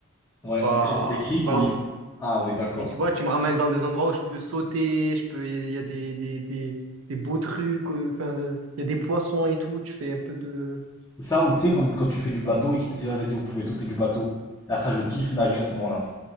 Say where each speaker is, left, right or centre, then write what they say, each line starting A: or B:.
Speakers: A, on the left; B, on the right.
A: Ouais,
B: Pas,
A: nager dans des criques.
B: c'est pas
A: ou-
B: ouf.
A: Ah, on est d'accord.
B: Et tu vois, tu me ramènes dans des endroits où je peux sauter, je peux, il y a des, des, des, des beaux trucs, euh, enfin, le- il y a des poissons et tout, tu fais un peu de...
A: Ça, ou tu sais, quand, quand tu fais du bateau et qu'ils te disent, Ah, vas-y, vous pouvez sauter du bateau. Ah, ça, je kiffe nager à ce moment-là.